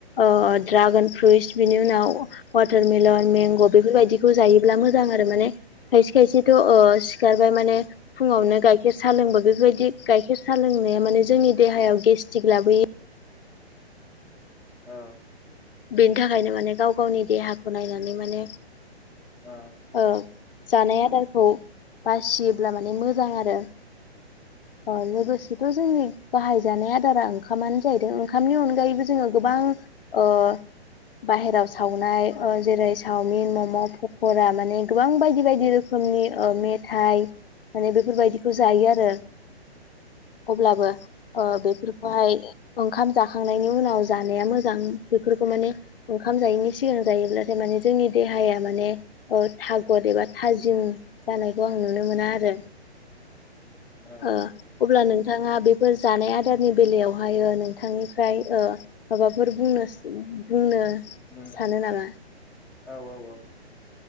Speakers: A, on the left (about 55°); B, in the centre.
A: ओ ड्रागन फ्रुइट्स बिनि उनाव वाटारमेलन मेंग' बेफोरबायदिखौ जायोब्ला मोजां। आरो माने खायसे खायसेथ' ओ सिखारबाय माने फुंङावनो गायखेर सा लोंबा बेफोरबायदि गाइखेर सा लोंनाया माने जोंनि देहायाव गेस्ट्रिक लाबोयो।
B: औ।
A: बेनि थाखायनो माने गाव गावनि देहाखौ नायनानै माने।
B: ओं।
A: ओ जानाय आदारखौ बासियोब्ला माने मोजां आरो। ओ लोगोसेथ' जोंनि गाहाय जानाय आदारा ओंखामानो जाहैदों ओंखामनि अनगायैबो जोंङो गोबां ओ। बाहेराव सावनाय जेरै सावमिन मम' पक'रा माने गोबां बायदि बायदि रोखोम। रोखोमनि ओ मेथाइ माने बेफोरबायदिखौ जायो आरो। अब्लाबो ओ बे बेफोरखौहाय ओंखाम जाखांनायनि उनाव जानाया मोजां बेफोरखौ माने ओंखाम जायैनि सिग सिगां जायोब्लाथाय माने जोंनि देहाया माने ओ थागद एबा थाजिम जानायखौ आं नु नुनो मोना आरो।
B: औ।
A: ओ अब्ला नोंथाङा बेफोर जानाय आदारनि बेलायावहायो नोंथांनिफ्राय ओ माबाफोर बुंनो बुंनो
B: उम
A: सानो नामा?
B: औ औ औ।